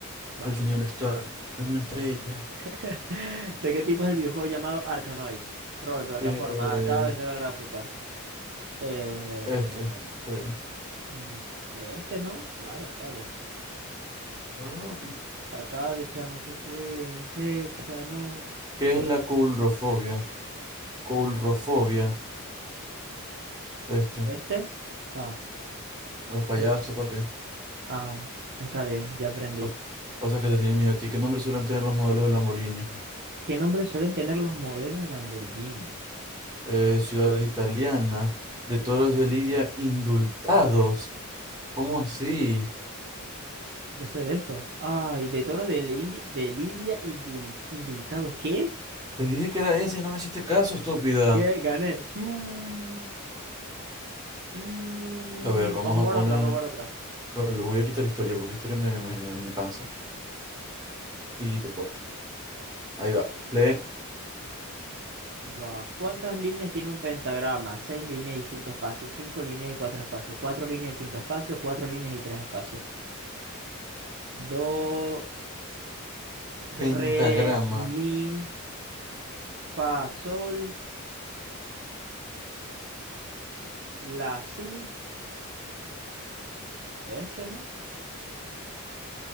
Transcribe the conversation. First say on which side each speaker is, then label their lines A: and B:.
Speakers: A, on the right; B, on the right.
A: bueno.
B: el señor Starr es una estrella.
A: <laughs> ¿De qué tipo es el videojuego llamado Arkanoid? Rol, plataforma,
B: Eh,
A: arcade, aventura gráfica. Eh,
B: este, creo.
A: mm, este no, claro, arcade.
B: Ah, bien.
A: Arcade, chamo, ¿qué fue? Hexa, no.
B: ¿Qué es la coulrofobia? Coulrofobia. Este.
A: ¿Este? Ah,
B: A los payasos,
A: este.
B: papi.
A: Ah, está bien, ya aprendí.
B: O, o sea que te tienen miedo a ti. ¿Qué nombre suelen tener los modelos de Lamborghini?
A: ¿Qué nombres suelen tener los modelos de Lamborghini?
B: Eh, ciudades italianas. De toros de Lidia indultados. ¿Cómo así?
A: No sé de esto. Ay, de toros de, Lindi- de Lidia y dul- indultados. ¿Qué?
B: Te dije que era ese y no me hiciste caso, estúpida.
A: ¿Qué? Gané. Su, su.
B: A ver, vamos
A: Vamos a jugar
B: a poner.
A: otra, vamos a jugar otra.
B: bueno, Le voy a quitar historia porque historia me, me, me, me cansa. Y deporte. Ahí va. le
A: Va. ¿Cuántas líneas tiene un pentagrama? Seis líneas y cinco espacios. Cinco líneas y cuatro espacios. Cuatro líneas y cinco espacios. Cuatro líneas y tres espacios. Do, re,
B: pentagrama.
A: mi, fa, sol, la, si. Este, ¿no?